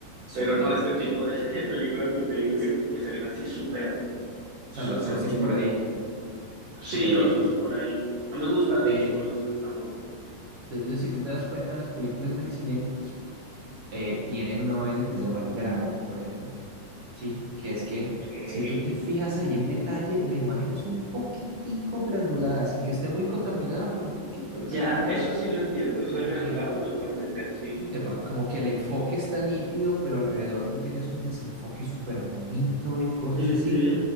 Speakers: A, on the right; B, on the right.
A: Sí,
B: Pero
A: claro.
B: no este tipo de, <laughs> de películas que te digo que,
A: S-
B: que se ven así súper, súper
A: O sea, lo asocias
B: nítidas.
A: por ahí.
B: Sí,
A: Ok,
B: lo
A: ok.
B: asocio por ahí. No me gusta, de
A: Eh,
B: hecho, no me gusta tampoco.
A: entonces, si tú te das cuenta, las películas en el cine eh, tienen una vaina que se llama grano, por ejemplo, ¿sí? Que es que
B: Ok.
A: si tú te fijas ahí en detalle, la imagen es un poquitico granulada, sin que esté muy contaminada, pero un poquito
B: Ya,
A: granulada,
B: eso sí lo entiendo.
A: como
B: Eso de granulado
A: que,
B: lo puedo entender, sí.
A: epa, como que el enfoque está nítido, pero alrededor tú tienes un desenfoque súper bonito y cosas
B: Ujú,
A: así,